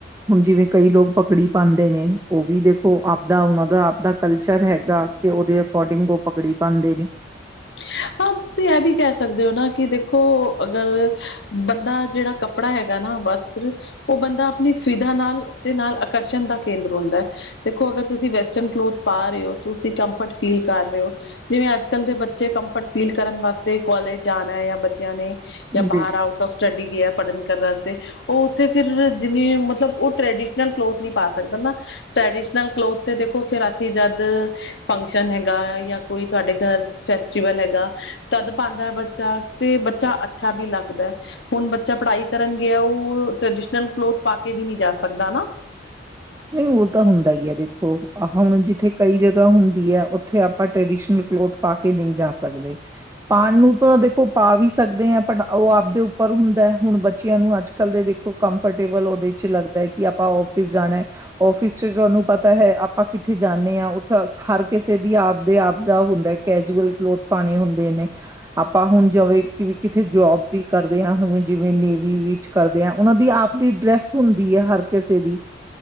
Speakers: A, on the right; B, on the left.
A: ਹੁਣ ਜਿਵੇਂ ਕਈ ਲੋਗ ਪਗੜੀ ਪਾਂਦੇ ਨੇ, ਉਵੀ ਦੇਖੋ ਆਪਦਾ ਉਨਾਂ ਦਾ ਆਪਦਾ ਕਲਚਰ ਹੈਗਾ, ਕਿ ਉਹਦੇ ਅਕੋਰਡਿੰਗ ਉਹ ਪਗੜੀ ਪਾਉਦੇ ਨੇ
B: <inaudible> ਹਾਂ ਤੁਸੀਂ ਏ ਵੀ ਕੇ ਸਕਦੇ ਔ ਨਾ, ਕਿ ਦੇਖੋ ਅਗਰ ਬੰਦਾ ਜੇੜਾ ਕਪ ਕੱਪੜਾ ਹੈਗਾ ਨਾ ਵਸਤ੍ਰ, ਉ ਬੰਦਾ ਆਪਣੀ ਸੁਵਿਧਾ ਨਾਲ ਤੇ ਨਾਲ ਆਕਰਸ਼ਣ ਦਾ ਕੇਂਦਰ ਹੁੰਦਾ ਐ ਦੇਖੋ ਅਗਰ ਤੁਸੀਂ ਵੈਸਟਰਨ ਕਲੋਥ ਪਾ ਰਹੇ ਓ, ਤੁਸੀਂ ਕੰਫਰਟ ਫੀਲ ਕਰ ਰਹੇ ਓ। ਜਿਵੇਂ ਅੱਜ ਕੱਲ੍ਹ ਦੇ ਬੱਚੇ ਕੰਫਰਟ ਫੀਲ ਕਰਨ ਵਾਸਤੇ ਕੋਲੇਜ਼ ਜਾਨਾਏ ਯਾ ਬੱਚਿਆਂ ਨੇ ਜਾਂ
A: ਬਿਲ-
B: ਬਾਹਰ ਆਊਟ ਔਫ ਸਟਡੀ ਗਿਆ ਪੜਨ ਕਰਨ ਤੇ ਉਹ ਉੱਥੇ ਫਿਰ, ਜਿਵੇਂ ਮਤਲਬ ਉ ਟ੍ਰਡੀਸ਼ਨਲ ਕਲੋਥ ਨੀ ਪਾ ਸਕਦਾ ਨਾ ਟ੍ਰੈਡੀਸ਼ਨਲ ਕਲੋਥ ਤੇ ਦੇਖੋ, ਫਿਰ ਅਸੀਂ ਜਦ ਫੰਕਸ਼ਨ ਹੈਗਾ ਯਾ ਕੋਈ ਤੁਹਾਡੇ ਘਰ, ਫੈਸਟੀਵਲ ਹੈਗਾ। ਤਦ ਪਾਉਂਦਾ ਏ ਬੱਚਾ ਤੇ ਬੱਚਾ ਅੱਛਾ ਵੀ ਲੱਗਦਾ ਏ। ਹੁਣ ਬੱਚਾ ਪੜ੍ਹਾਈ ਕਰਨ ਗਿਆ, ਉਹ ਟ੍ਰਡੀਸ਼ਨਲ ਕਲੋਥ ਪਾ ਕੇ ਵੀ ਨੀ ਜਾ ਸਕਦਾ ਨਾ
A: ਨਹੀਂ ਓਹ ਤਾਂ ਹੁੰਦਾ ਇ ਏ, ਦੇਖੋ ਆਹੋ ਹੁਨ ਜਿੱਥੇ ਕਈ ਜਗਾਹ ਹੁੰਦੀ ਐ ਉੱਥੇ ਆਪਾਂ ਟਰੈਡੀਸ਼ਨਲ ਕਲੋਥ ਪਾ ਕੇ ਨਈ ਜਾ ਸਕਦੇ ਪਾਣ ਨੂੰ ਤੋ ਦੇਖੋ ਪਾ ਵੀ ਸਕਦੇ ਆ, ਬਟ ਉਹ ਆਪਦੇ ਉੱਪਰ ਹੁੰਦਾ ਏ ਹੁਣ ਬੱਚਿਆਂ ਨੂੰ ਅੱਜ ਕੱਲ ਦੇ ਦੇਖੋ ਕੰਫਰਟੇਬਲ ਉਦੇ ਚ ਲੱਗਦਾ ਏ ਕਿ ਆਪਾਂ ਔਫਿਸ ਜਾਣਾ ਹੈ ਔਫਿਸ ਫੇਰ ਤੁਹਾਨੂੰ ਪਤਾ ਹੈ ਆਪਾਂ ਕਿੱਥੇ ਜਾਂਦੇ ਹਾਂ ਉੱਥੇ ਹਰ ਕਿਸੇ ਦੀ ਆਪਦੇ ਆਪ ਦਾ ਹੁੰਦਾ ਕੈਜੂਅਲ ਕਲੋਥ ਪਾਣੇ ਹੁੰਦੇ ਨੇ। ਆਪਾਂ ਹੁਨ ਜੌਵੇਂ ਕਿਵੇ ਕਿਥੇ ਜੋਬ ਵੀ ਕਰਦੇ ਆ ਹੁਨ ਜਿਵੇਂ ਨੇਵੀ ਵਿੱਚ ਕਰਦੇ ਆ ਓਹਨਾਂ ਦੀ ਆਪ ਦੀ ਡਰੈਸ ਹੁੰਦੀ ਏ ਹਰ ਕਿਸੇ ਦੀ।